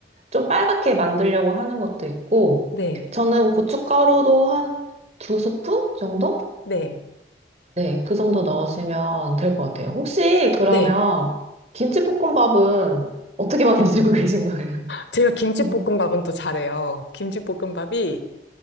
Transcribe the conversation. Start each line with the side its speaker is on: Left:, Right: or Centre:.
Right: 좀 빨갛게 만들려고 하는 것도 있고
Left: 네.
Right: 저는 고춧가루도 한 두 스푼 정도?
Left: 네.
Right: 네, 그 정도 넣으시면 될 것 같아요. 혹시 그러면
Left: 네.
Right: 김치볶음밥은 어떻게 만드시고 <laughs> 계신 거예요?
Left: 제가 김치볶음밥은
Right: <laughs>
Left: 또 잘해요. 김치볶음밥이